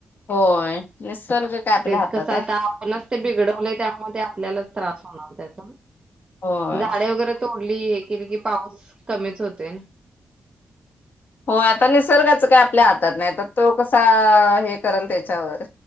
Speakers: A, on the left; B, on the right.
A: होय निसर्ग काय आपल्या
B: ते
A: हातात
B: कसं आता
A: आहे.
B: आपणच ते बिघडवले त्यामुळे ते आपल्यालाच त्रास होणार त्याचा.
A: होय.
B: झाडे वगैरे तोडली हे केली की पाऊस कमीच होते.
A: हो आता निसर्गाच काय आपल्या हातात नाही तर तो कसा हे करल त्याच्यावर.